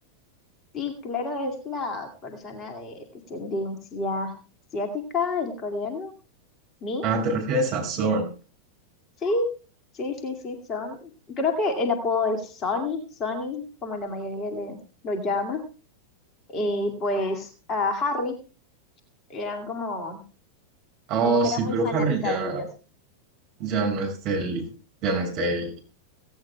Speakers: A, on the left; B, on the right.
A: Sí, claro, es la persona de descendencia asiática, el coreano, Min,
B: ah te refieres a Son
A: sí, sí, sí, sí, son. Creo que el apodo es Sonny, Sonny, como la mayoría le, lo llama. Y pues a Harry Eran como,
B: oh
A: como que
B: sí
A: era muy
B: pero
A: fanática
B: Harry ya
A: de ellos.
B: ya no es del ya no es del